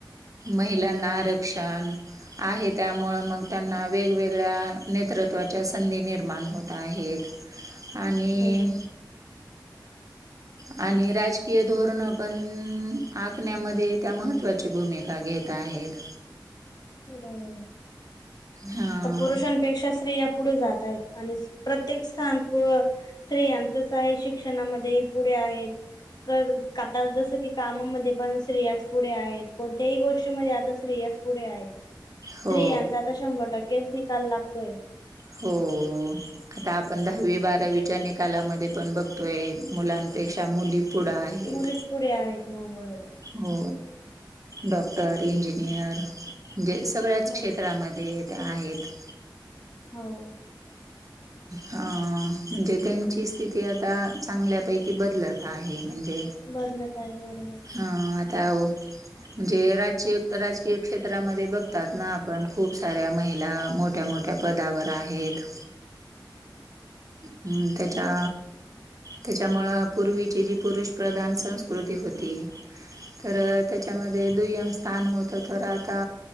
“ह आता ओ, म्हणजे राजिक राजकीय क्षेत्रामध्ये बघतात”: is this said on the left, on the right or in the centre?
Right